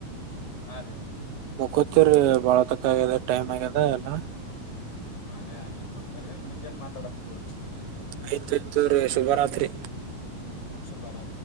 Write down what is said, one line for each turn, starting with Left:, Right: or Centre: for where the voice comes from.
Left: ಹಾ ರೀ
Right: ಮುಕೋತಿವ್ರೀ ಬಾಳ ತಕ ಆಗ್ಯದ ಟೈಮ್ ಆಗ್ಯದ ಎನ.
Left: ಅರಿ ಅರಿ ಮಕ್ಕೊರಿ ಮುಂಜನ್ ಮಾತಾಡನ್ ತೂಗೊರಿ.
Right: ಆಯ್ತ್ ಆಯ್ತು ರೀ ಶುಭರಾತ್ರಿ.
Left: ಶುಭಾರ